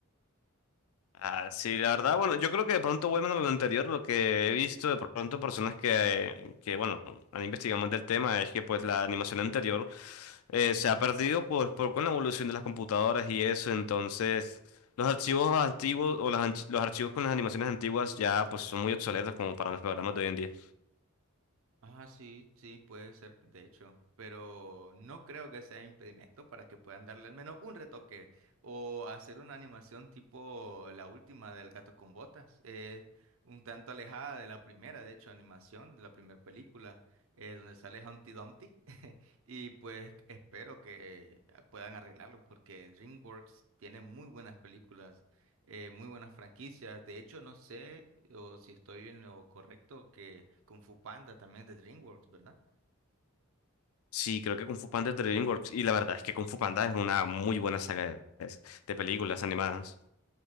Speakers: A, on the left; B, on the right.
A: Ah, sí, la verdad, bueno, yo creo que de pronto vuelven a lo anterior, lo que he visto de pronto personas que, que bueno, han investigado más del tema es que pues la animación anterior eh, se ha perdido pues por, con la evolución de las computadoras y eso, entonces los archivos antiguos o las anch- los archivos con las animaciones antiguas ya pues son muy obsoletos como para los programas de hoy en día.
B: Ah, sí, sí, puede ser, de hecho, pero no creo que sea impedimento para que puedan darle al menos un retoque o hacer una animación tipo la última del gato con botas, eh, un tanto alejada de la primera, de hecho, animación de la primera película, eh, donde sale Humpty Dumpty, <laughs> y pues espero que eh, puedan arreglarlo porque DreamWorks tiene muy buenas películas eh, muy buenas franquicias. De hecho, no sé o si estoy en lo correcto que Kung Fu Panda también de DreamWorks, ¿verdad?
A: Sí, creo que Kung Fu Panda es de DreamWorks y la verdad es que Kung Fu Panda es una muy buena saga de de películas animadas.